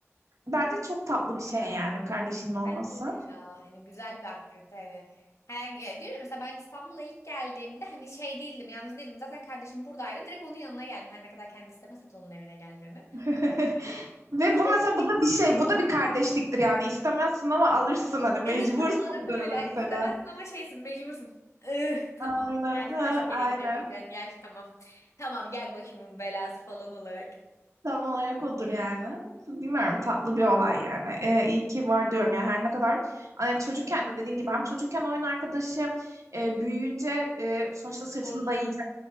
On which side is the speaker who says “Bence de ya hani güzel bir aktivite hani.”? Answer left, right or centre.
Left